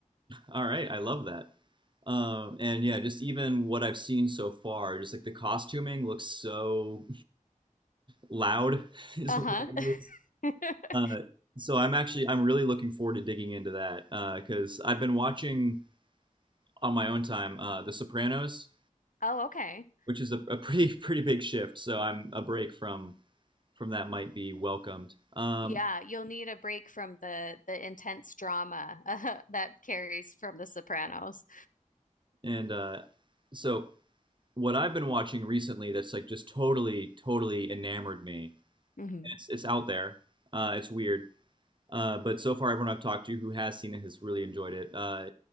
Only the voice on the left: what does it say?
Uh-huh.
<laughs>
Oh, okay.
Yeah, you'll need a break from the the intense drama uh, <laughs> that carries from The Sopranos.
hmm